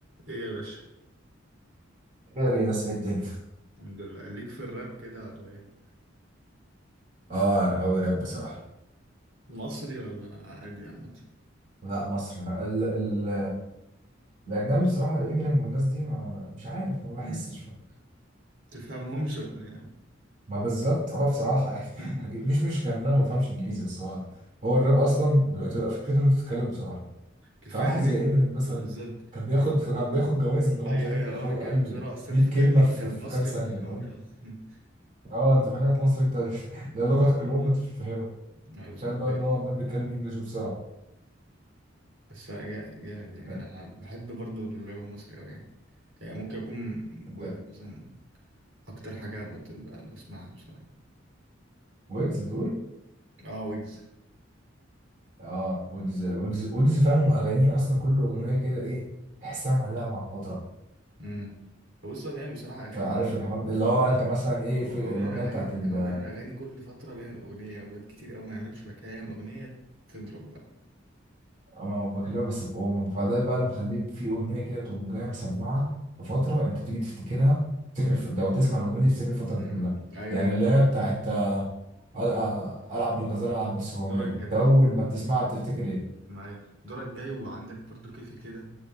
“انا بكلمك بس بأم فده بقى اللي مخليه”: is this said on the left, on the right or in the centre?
Right